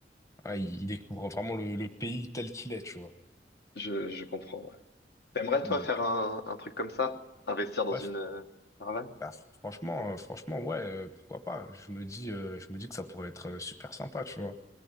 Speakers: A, on the left (about 20°); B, on the left (about 65°).
A: ah, il, il découvre vraiment le, le pays tel qu'il est, tu vois.
B: Je, je comprends, ouais. T'aimerais,
A: Donc,
B: toi, faire un, un truc comme ça? Investir dans
A: bref.
B: une euh, caravane?
A: Bah, fr- franchement, euh, franchement, ouais, euh, pourquoi pas. Je me dis, euh, je me dis que ça pourrait être euh, super sympa, tu vois.